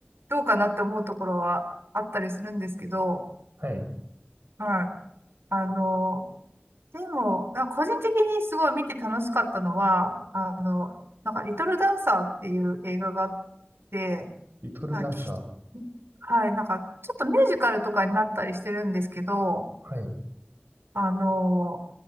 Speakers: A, on the right (about 90°); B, on the right (about 60°).
A: どうかなって思うところはあったりするんですけど、
B: はい。
A: はい。あの、でも、なんか個人的にすごい見て楽しかったのは、あの、なんか、リトルダンサーっていう映画があって、
B: リトルダンサー。
A: まあ、き、はい、なんか、ちょっとミュージカルとかになったりしてるんですけど、
B: はい。
A: あの